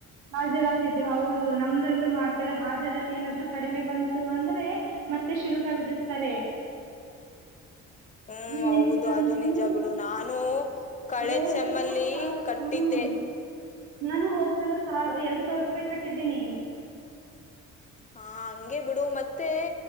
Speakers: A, on the right; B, on the left.
A: ಹಾಜಿರಾತ ಇದ್ರೆ ಹೌದು ನಮ್ದಲ್ಲೂ ಮಾಡ್ತಾರೆ ಹಾಜರಾತಿ ಏನಾದ್ರು ಕಡಿಮೆ ಬಂತು ಅಂದ್ರೆ ಮತ್ತೆ ಶುಲ್ಕ ವಿಧಿಸ್ತಾರೆ
B: ಹ್ಮ್
A: ಅದು
B: ಹೌದು
A: ಏನಿಲ್ಲ
B: ಅದು
A: ಅಂದ್ರೂ
B: ನಿಜ ಬಿಡು ನಾನು ಕಳೆದ್
A: ಹೋದ
B: ಸೆಮ್ಮಲ್ಲಿ
A: ಸಲ ಸಾವ್
B: ಕಟ್ಟಿದ್ದೆ
A: ಹಾಂ ನಾನು ಹೋದ್ಸಲ ಸಾವ ಎರಡ್ ಸಾವಿರ ರೂಪಾಯಿ ಕಟ್ಟಿದ್ದೀನಿ
B: ಹಾ ಹಗೆ ಬಿಡು ಮತ್ತೆ